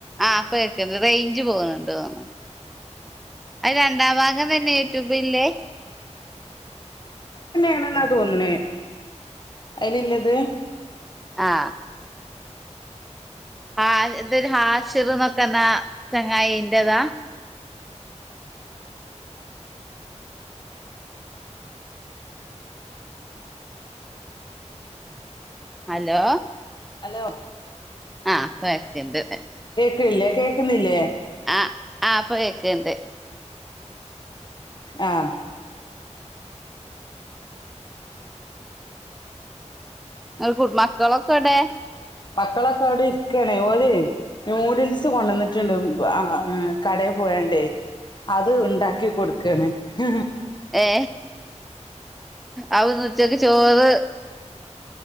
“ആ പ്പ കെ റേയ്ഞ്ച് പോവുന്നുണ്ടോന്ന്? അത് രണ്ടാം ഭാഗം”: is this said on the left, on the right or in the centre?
Centre